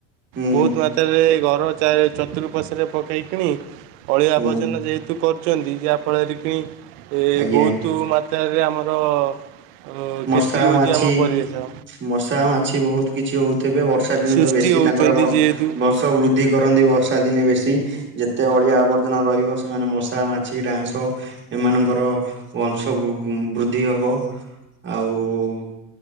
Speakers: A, on the right; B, on the right.
A: ହୁଁ
B: ବହୁତ ମା ରେ ଘର ଚାରି ଚତୁଃପାର୍ଶ୍ଵରେ ପକାଇକିଣି ଅଳିଆ
A: ହୁଁ
B: ଆବର୍ଜନା ଯେହେତୁ କରୁଚନ୍ତି ଯାହାଫଳରେ କି
A: ଆଜ୍ଞା
B: ବହୁତ ମାତ୍ରାରେ ଆମର। ଓ
A: ମଶା
B: କ୍ଷତି ହଉଛି
A: ମାଛି
B: ଆମ ପରିବେଶ।
A: ମଶା ମାଛି ବହୁତ କିଛି ହଉଥିବେ ବର୍ଷା ଦିନ
B: ସୃଷ୍ଟି
A: ତ ବେଶୀ
B: ହେଉଛନ୍ତି
A: ତାଙ୍କର ବ
B: ଯେହେତୁ
A: ଵ ଶ ବୃଦ୍ଧି କରନ୍ତି ବର୍ଷା ଦିନେ ବେଶୀ। ଯେତେ ଅଳିଆ ଆବର୍ଜନା ରହିବ ସେମାନେ ମଶା, ମାଛି, ଡାଁସ ଏମାନଙ୍କର ବଂଶ ବୃଦ୍ଧି ହେବ। ଆଉ